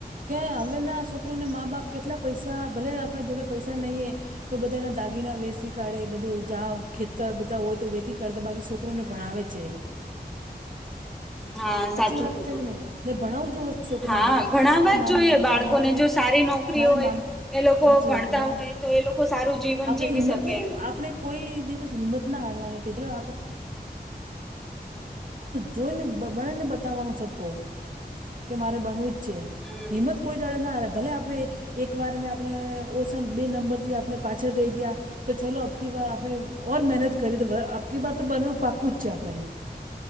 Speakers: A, on the right (about 50°); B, in the centre.
A: કે હવેના છોકરોને મા બાપ કેટલા પૈસા ભલે આપણે જોડે પૈસા નહીંએ તો બધાના દાદ બાગીના વેસી કાઢે બધું જં ખેતર બધા હોય તો વેચી કાઢતા બાકી છોકરોને ભણાવે છે.
B: હા
A: સાચી
B: સાચું
A: વાત
B: કીધું
A: છે કે નહીં ને ભણાવું જો છોકરોને
B: હા ભણાવવા
A: એટલે મારા
B: જ
A: મામ
B: જોઈએ બાળકોને
A: મારે
B: જો સારી નોકરી
A: મારા
B: હોય
A: મામ
B: એ લોકો
A: સાચી
B: ભણતા
A: વાત મા
B: હોય તો એ લોકો સારું જીવન
A: આપણે
B: જીવી
A: હિંમત
B: શકે
A: નહી
B: એમ
A: આપણે કોઈ દિવસ હિંમત ના હારવાની કે આપણે જોઈને બને બતાવવાનું સબકો કે મારે બનવું જ છે
B: હમ
A: હિંમત કોઈ દડે ના આવે ભલે આપણે એકવાર મેં આપણે ઓસન બે નંબરથી આપણે પાછળ રહી ગયા તો ચાલલો અકી બાર આપણે મહેનત કરી દ આપકી બાર તો બનવુ પાકકુ બનવુ જ છે આપણે